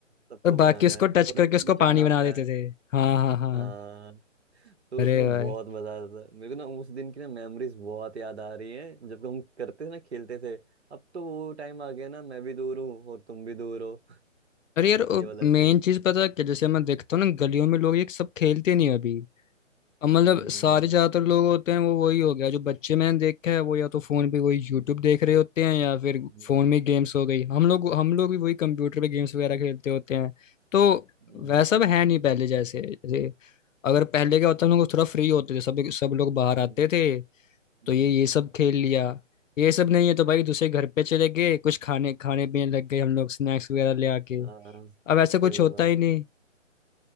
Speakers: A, on the right; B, on the left.
A: सबको
B: और बाकी
A: बनाना
B: उसको
A: है
B: टच
A: और
B: करके
A: हमें
B: उसको
A: बचाना
B: पानी
A: होता
B: बना देते
A: है
B: थे हाँ हाँ हाँ
A: हाँ तो
B: अरे
A: उसमें
B: भाई
A: बहुत मजा आता था मेरे को ना उस दिन की ना मेमोरीज बहुत याद आ रही है जब हम करते थे ना खेलते थे अब तो वो टाइम आ गया ना मैं भी दूर हूँ और तुम भी दूर हो <laughs>
B: अरे यार
A: ये वाला
B: मेन
A: सीन
B: चीज पता है क्या जैसे मैं देखता हूँ ना गलियों में लोग ये सब खेलते नहीं अभी अब मतलब
A: हम्म
B: सारे ज्यादातर लोग होते हैं वो वही हो गया जो बच्चे मैंने देखा है वो या तो फोन पे वही
A: हम्म,
B: यूट्यूब देख रहे होते हैं या फिर
A: हम्म,
B: फोन में गेम्स हो गई हम लोग हम लोग भी वही कंप्यूटर पे गेम्स वगैरह खेलते होते हैं तो
A: हम्म,
B: वैसा अब है नहीं पहले जैसे जैसे अगर पहले क्या होता है हम लोग थोड़ा फ्री होते थे सब सब लोग बाहर आते
A: हम्म,
B: थे
A: हम्म,
B: तो ये ये सब खेल लिया ये सब नहीं है तो भाई दूसरे घर पे चले गए कुछ खाने खाने पीने लग गए हम लोग स्नैक्स वगैरह ले आके
A: हाँ,
B: अब ऐसा कुछ
A: सही
B: होता
A: बात
B: ही नहीं